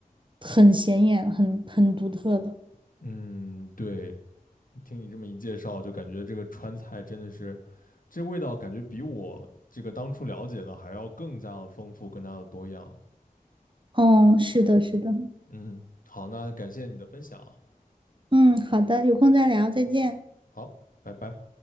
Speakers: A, on the right; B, on the left.
A: 很显眼、很很独特的。
B: 嗯，对，听你这么一介绍，就感觉这个川菜真的是，这味道感觉比我这个当初了解的还要更加的丰富，更加的多样。
A: 嗯，是的，是的。
B: 嗯，好，那感谢你的分享啊，
A: 嗯，好的，有空再聊，再见。
B: 好，拜拜。